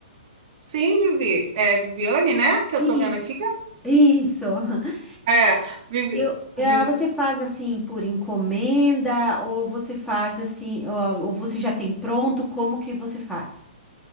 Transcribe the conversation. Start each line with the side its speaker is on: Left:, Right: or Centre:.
Right: Sim, Vivi. É Viviane, né? Que eu
Centre: Isso,
Right: tô vendo aqui.
Centre: isso. <laughs>
Right: É, Vivi.
Centre: Eu, ah,
Right: Vivi-
Centre: você faz assim por encomenda ou você faz assim, ou, ou você já tem pronto, como que você faz?